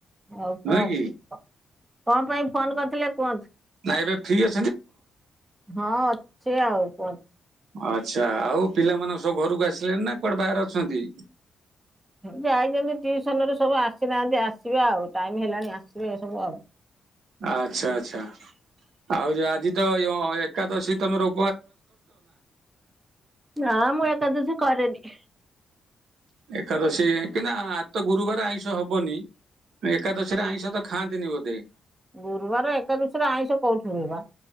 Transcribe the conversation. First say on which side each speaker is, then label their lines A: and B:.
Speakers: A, on the right; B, on the right.
A: ଆଉ
B: ନୁହେଁ
A: କୁହନ୍ତୁ
B: କି
A: କଣ ପାଇଁ ଫୋନ କରିଥିଲେ କୁହନ୍ତୁ
B: ନା ଏବେ ଫ୍ରୀ ଆ
A: ହଁ ଅଛେ ଆଉ କ
B: ଆଚ୍ଛା ଆଉ ପିଲା ମାନେ ସବୁ ଘରକୁ ଆସିଲେଣି ନା କୁଆଡେ ବାହାରେ ଅଛନ୍ତି
A: ଯାଇଛନ୍ତି ଟିଉସନ ରୁ ସବୁ ଆସିନାହାନ୍ତି ଆସିବେ ଆଉ ଟାଇମ ହେଲାଣି ଆସିବେ ଏ ସବୁ ଆଉ
B: ଆଚ୍ଛା ଆଚଛା ଆଉ ଯୋଉ ଆଜି ତ ଏକାଦଶୀ ତମେ ର
A: ନା ମୁଁ ଏକାଦଶ କରେନି
B: ଏକାଦଶୀ କି ନା ଆ ତ ଗୁରୁବାର ଆଇଁଷ ହବନି ଏକାଦଶୀରେ ଆଇଁଷ ତ ଖାଆନ୍ତି ନ୍ତିନି ବୋଧେ
A: ଗୁରୁବାର ଏକାଦଶରେ ଆଇଁଷ କୋଉଠିବ ବା